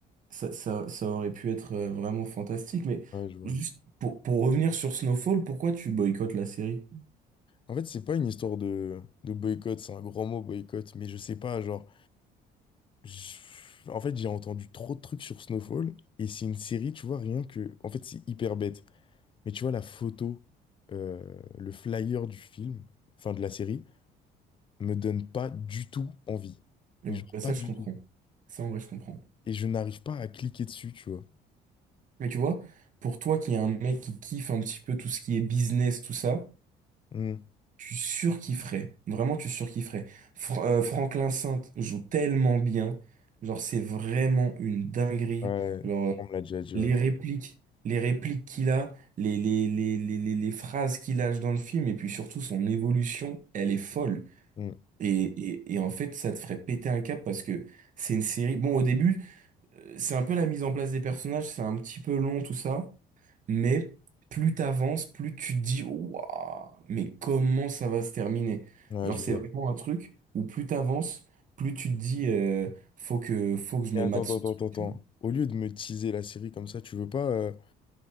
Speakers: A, on the right; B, on the left.
A: ça, ça, ça aurait pu être euh, vraiment fantastique. Mais
B: ouais, je vois.
A: juste pour, pour revenir sur Snowfall, pourquoi tu boycottes la série?
B: En fait, c'est pas une histoire de, de boycott, c'est un grand mot boycott, mais je sais pas, genre, je- en fait, j'ai entendu trop de trucs sur Snowfall, et c'est une série, tu vois, rien que, en fait, c'est hyper bête. Mais tu vois, la photo, euh, le flyer du film, enfin de la série, me donne pas du tout envie.
A: Eh
B: Mais
A: ben,
B: genre
A: ça,
B: pas
A: je
B: du
A: comprends.
B: tout.
A: Ça, en vrai, je comprends.
B: Et je n'arrive pas à cliquer dessus, tu vois.
A: Mais tu vois, pour toi qui est un mec qui kiffe un petit peu tout ce qui est business, tout ça,
B: Hmm.
A: Tu surkifferais. Vraiment, tu surkifferais. Fra- euh, Franklin Saint joue tellement bien. Genre, c'est vraiment une dinguerie.
B: Ouais,
A: Genre, euh,
B: on me l'a déjà dit,
A: les
B: ouais.
A: répliques, les répliques qu'il a, les, les, les, les, les, les phrases qu'il lâche dans le film, et puis surtout son évolution, elle est folle.
B: Hmm.
A: Et, et, et en fait, ça te ferait péter un câble parce que c'est une série. Bon, au début, euh, c'est un peu la mise en place des personnages, c'est un petit peu long, tout ça. Mais plus t'avances, plus tu te dis, waouh, mais comment ça va se terminer?
B: Ouais,
A: Genre,
B: je
A: c'est
B: vois.
A: vraiment un truc où plus t'avances, plus tu te dis, euh, faut que, faut que je
B: Et
A: me
B: attends,
A: mate
B: attends,
A: ce
B: attends,
A: truc.
B: attends. attends.
A: tu
B: Au lieu de me teaser la série comme ça, tu veux pas, euh,